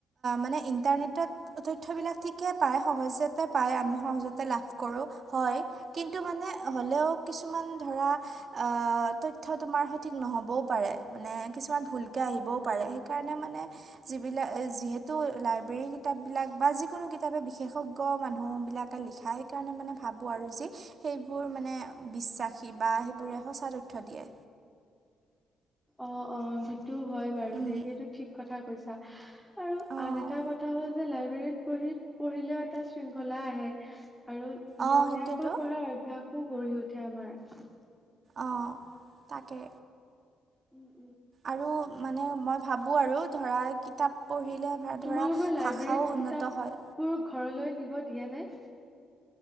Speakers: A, on the right; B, in the centre.
A: মানে ইণ্টাৰনেটত। তইথ বিলাক ঠিকে প সহজতে প আমি সহজতে লাভ কৰো হয়। কিন্তু মানে হ'লেও কিছুমান ধৰা আহ তথটো তোমাৰ সঠিক নহ'বও পাৰে। মানে কিছুমান ভুলকৈ আহিবও পাৰে সেইকাৰণে মানে যিলাক যিহেতু লাইব্ৰেৰী। কিতাপ বিলাক বা যিকোনো কিতাপে বিশেষজ্ঞ মানুহ বিলাকে লিখা সেইকাৰণে মানে ভাবো আৰু যি। সেইবোৰ মানে বিশ্বাসী বা সেইবোৰে সঁচা তথ্য দিয়ে।
B: অ অ সেইটো হয় বাৰু
A: উম।
B: দে সেইটো ঠিক কথা কৈছা। আৰু
A: অ',
B: আন এটা কথা হ'ল যে লাইব্ৰেৰীত বহি পঢ়িলেও এটা শৃংখলা আহে। আৰু নিয়মীয়াকৈ
A: অ', সেইটোৱেতো
B: পঢ়াৰ অভ্যসো গঢ়ি উঠে আমাৰ।
A: অ তাকে।
B: উম।
A: আৰু মানে মই ভাবো আৰু ধৰা কিতাপ। পঢ়িলে ভা-
B: তোমালোকৰ
A: ধৰা
B: লাইব্ৰেৰীত
A: ভাষাও উন্নত
B: কিতাপবোৰ
A: হয়।
B: ঘৰলৈ নিব দিয়ে নে।